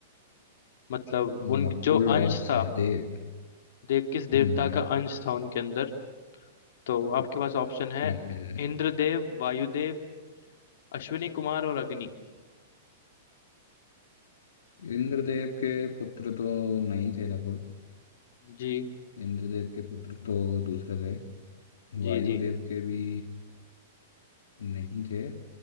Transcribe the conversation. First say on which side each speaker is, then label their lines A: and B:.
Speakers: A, on the left; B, on the left.
A: मतलब उन
B: नकुल
A: जो
B: और
A: अंश
B: सहदेव
A: था देव किस देवता
B: हम्म
A: का अंश था उनके अंदर तो आपके पास ऑप्शन है
B: ठीक है
A: इंद्रदेव वायुदेव अश्विनी कुमार और अग्नि
B: इंद्रदेव के पुत्र तो नहीं थे नकुल
A: जी
B: इंद्रदेव के पुत्र तो दूसरे थे वायुदेव
A: जी जी
B: के भी नहीं थे